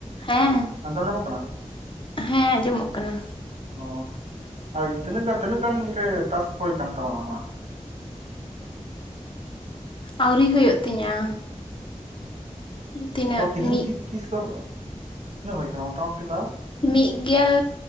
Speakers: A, on the left; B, on the right.
A: ᱦᱮᱸ
B: ᱟᱱᱫᱚ ᱧᱟᱢᱚᱜ ᱠᱟᱱᱟ
A: ᱦᱮᱸ ᱟᱸᱡᱚᱢᱚᱜ ᱠᱟᱱᱟ
B: ᱚ ᱟᱨ ᱛᱤᱱᱟᱹᱜ ᱜᱟ ᱛᱤᱱᱟᱹᱜ ᱜᱟᱱ ᱤᱱᱠᱟᱹ ᱴᱟᱥᱠ ᱦᱩᱭ ᱠᱟᱱ ᱛᱟᱢᱟ ᱟᱢᱟᱜ
A: ᱟᱣᱨᱤ ᱦᱩᱭᱩᱜ ᱛᱤᱧᱟᱹ ᱛᱤᱱᱟᱹᱜ
B: ᱚ ᱛᱤᱦᱤᱧ
A: ᱢᱤᱫ
B: ᱛᱤ ᱛᱤᱥ ᱠᱷᱚᱱ ᱛᱤᱱᱟᱹᱜ ᱦᱩᱭ ᱠᱟᱱᱟ ᱢᱚᱴᱟ ᱢᱩᱴᱤ ᱛᱟᱣ
A: ᱢᱤᱜ ᱜᱮᱞ